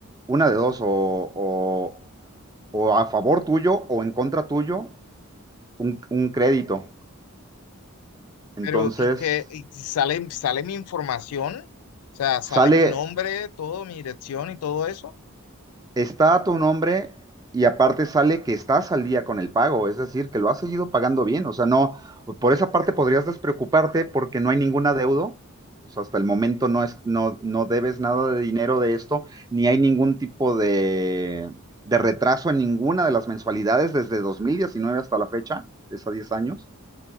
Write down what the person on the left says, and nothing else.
Pero, y que y sale, sale mi información, o sea,
sale mi nombre, todo, mi dirección y todo eso.